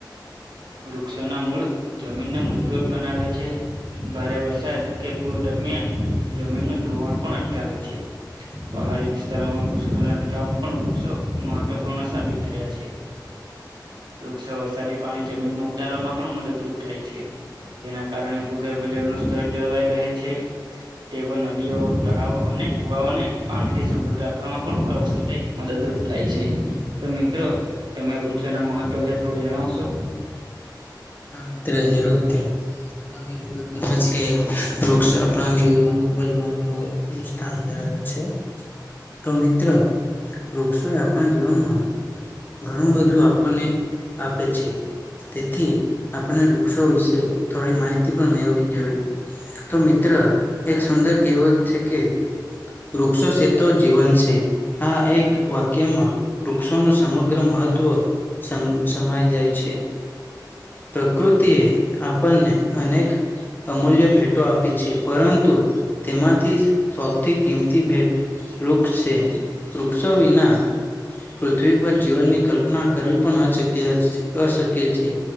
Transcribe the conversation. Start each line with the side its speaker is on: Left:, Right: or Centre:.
Right: વૃક્ષોના મૂળ જમીનને મજબૂત બનાવે છે ભારે વરસાદ કે પૂર દરમિયાન જમીનનું ઢોવાણ પણ અટકાવે છે પહાડી વિસ્તારમાં ભૂસ્કલેન વામાં પણ વૃક્ષો મહત્વપૂર્ણ સાબિત થયા છે વૃક્ષો વરસાદી પાણી જમીનમાં ઉતારવામાં પણ મદદરૂપ થાય છે. જેના કારણે ભૂગર્ભજળનું સ્થળ જળવાઈ રહે છે. ટેબલ નદીઓ તળાવો અને કુવાઓને પાણી થી સમૃદ્ધ રાખવામાં પણ પર મદદરૂપ થાય છે તો મિત્રો તમે વૃક્ષોના મહત્વ વિશે થોડું જણાવશો
Left: હમત જરૂરથી તમે કીધું સમજ કે વૃક્ષપ જીવનમાં ખુબ જ મહ સ્થાન દે જ છે તો મિત્ર વૃક્ષક્ષોએ આપણા જીવનમાં ઘણું બધું આપણને આપે છે તેથી આપણે વૃક્ષો વિશે થોડી માહિતી પણ મેળવી જ જોઈએ તો મિત્ર એક સુંદર કહેવત છે કે વૃક્ષો તો જીવન છે આ એક વાક્યમાં વૃક્ષોનું સમગ્ર મહત્વ સમ સમય જાય છે પ્રકૃતિએ આપણને અનેક અમૂલ્ય ભેટો આપી છે પરંતુ તેમાંથી સૌથી કિંમતી ભેટ વૃક્ષ છે વૃક્ષો વિના પૃથ્વી પર જીવનની કલ્પના કરવી પણ અછક્ય અશક્ય છે